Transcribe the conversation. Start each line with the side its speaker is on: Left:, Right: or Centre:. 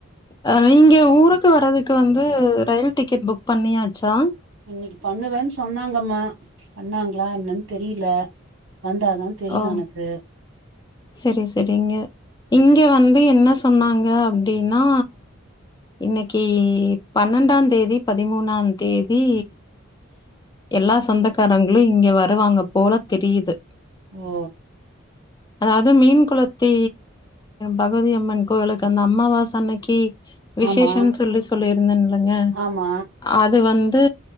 Left: அ இங்க ஊருக்கு வர்றதுக்கு வந்து ரயில் டிக்கெட் புக் பண்ணியாச்சா
Right: இன்னைக்கு பண்ணுவேன்னு சொன்னாங்கம்மா பண்ணாங்களா என்னன்னு தெரியல வந்தாதா தெரியு
Left: ஓ
Right: எனக்கு
Left: சரி சரிங்க இங்க வந்து என்ன சொன்னாங்க அப்டின்னா இன்னைக்கு பன்னெண்டாந்தேதி பதிமூனாந்தேதி எல்லா சொந்தக்காரங்களு இங்க வருவாங்க போல தெரியுது
Right: ஓ
Left: அது மீன் குளத்தி பகவதி அம்மன் கோவிலுக்கு அந்த அம்மாவாச அன்னைக்கு விசேஷம்னு
Right: ஆமா
Left: சொல்லி சொல்லியிருந்தேன்லங்க
Right: ஆமா
Left: அது வந் து